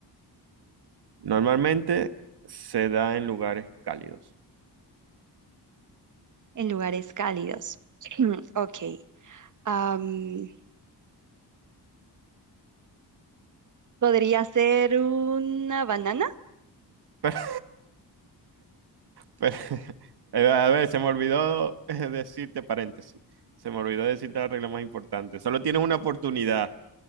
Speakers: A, on the right; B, on the right.
A: Normalmente se da en lugares cálidos.
B: en lugares cálidos. <clears throat> Ok. am, ¿podría ser una banana?
A: Pero, pero- <laughs> eh, a ver, se me olvidó eh, decirte paréntesis. Se me olvidó decirte la regla más importante. Solo tienes una oportunidad.